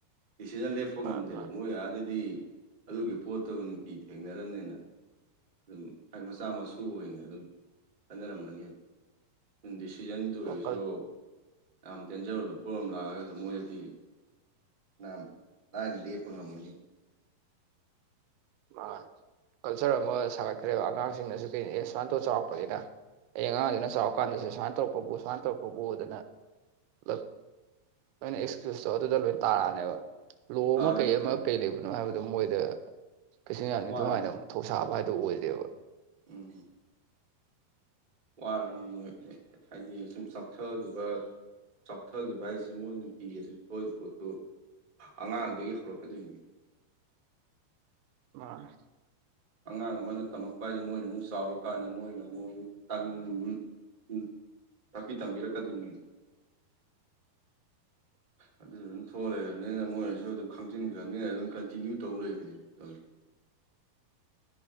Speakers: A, on the right (about 30°); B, on the right (about 80°).
A: ꯗꯤꯁꯤꯖꯟ ꯂꯦꯞꯄ
B: ꯃꯥꯅꯦ
A: ꯉꯝꯗꯦꯕ
B: ꯃꯥꯅꯦ
A: ꯃꯣꯏ ꯑꯥꯗꯗꯤ ꯑꯗꯨꯒꯤ ꯄꯣꯠꯇꯨ ꯅꯨꯡꯇꯤꯒꯤ ꯊꯦꯡꯅꯔꯝꯅꯤꯅ ꯑꯗꯨꯝ ꯍꯥꯏ ꯃꯆꯥ ꯃꯁꯨ ꯑꯣꯏꯅ ꯑꯗꯨꯝ ꯈꯟꯅꯔꯝꯃꯅꯤꯕ ꯑ ꯗꯤꯁꯤꯖꯟꯇ ꯑꯣꯏꯔꯁꯨ
B: ꯀꯜ-
A: ꯌꯥꯝ ꯗꯦꯟꯖꯔ ꯑꯣꯏꯕ ꯄꯣꯠ ꯑꯃ ꯂꯥꯛꯑꯒꯁꯨ ꯃꯣꯏꯗꯗꯤ ꯐꯅꯥꯌꯥꯝ ꯂꯥꯏꯅꯥ ꯂꯦꯞꯄꯥ ꯉꯝꯃꯅꯤ
B: ꯃꯥꯟ ꯀꯜꯆꯔ ꯑꯃ ꯁꯥꯒꯠꯈ꯭ꯔꯦꯕ ꯑꯉꯥꯡꯁꯤꯡꯅꯁꯨ ꯀꯩ ꯑꯦ ꯁꯨꯃꯥꯏꯅꯇꯧ ꯆꯥꯎꯔꯛꯄꯅꯤꯅ ꯍꯌꯦꯡ ꯑꯉꯥꯡꯗꯨꯅ ꯆꯥꯎꯔꯀꯥꯟꯗꯁꯨ ꯁꯨꯃꯥꯏꯅ ꯇꯧꯔꯛꯄꯕꯨ ꯁꯨꯃꯥꯏꯅ ꯇꯧꯔꯛꯄꯕꯨ ꯑꯗꯨꯅ ꯄꯨꯂꯞ ꯂꯣꯏꯅ ꯑꯦꯛꯁꯀ꯭ꯌꯨꯁꯇꯣ ꯑꯗꯨꯗ ꯂꯣꯏ ꯇꯥꯔꯛꯑꯅꯦꯕ ꯂꯣ
A: ꯊꯥꯔꯅꯤ
B: ꯑꯃ ꯀꯩ ꯑꯃ
A: ꯇꯥꯔꯅꯤ
B: ꯀꯩ ꯂꯩꯕꯅꯣ ꯍꯥꯏꯕꯗꯨ ꯃꯣꯏꯗ ꯀꯩꯁꯨ ꯌꯥꯝ ꯏꯟꯊꯨꯉꯥꯏꯅ
A: ꯋꯥꯔꯅꯤ
B: ꯊꯧꯁꯥꯕ ꯍꯥꯏꯗꯨ ꯑꯣꯏꯗꯦꯕ
A: ꯎꯝ ꯋꯥꯔꯅꯤ ꯃꯣꯏ ꯍꯥꯏꯗꯤ ꯁꯨꯝ ꯆꯥꯎꯊꯈꯤꯕ ꯆꯥꯎꯊꯈꯤꯕ ꯍꯥꯏꯁꯤ ꯃꯣꯏ ꯅꯨꯡꯇꯤꯒꯤ ꯑꯗꯨ ꯊꯣꯛꯏ ꯄꯣꯠꯇꯨ ꯑꯉꯥꯡꯗꯒꯤ ꯍꯧꯔꯛꯀꯗꯣꯏꯅꯤ
B: ꯃꯅꯤ
A: ꯑꯉꯥꯡ ꯑꯃꯅ ꯇꯝꯃꯛꯄ ꯍꯥꯏꯗꯣ ꯃꯣꯏꯅꯃꯨꯛ ꯆꯥꯎꯔꯀꯥꯟꯗ ꯃꯣꯏꯅ ꯑꯃꯨꯛ ꯇꯝ ꯎꯝ ꯇꯥꯛꯄꯤ ꯇꯝꯕꯤꯔꯛꯀꯗꯣꯏꯅꯦ
B: <inaudible>
A: ꯑꯗꯨ ꯑꯗꯨꯝ ꯊꯣꯛꯑ ꯂꯩꯔꯕꯅꯤꯅ ꯃꯣꯏꯅꯁꯨ ꯑꯗꯨꯝ ꯈꯪꯖꯤꯟꯈ꯭ꯔꯕꯅꯤꯅ ꯑꯗꯨꯝ ꯀꯟꯇꯤꯅ꯭ꯌꯨ ꯇꯧ ꯂꯩꯕꯅꯦ ꯇꯧꯔꯤ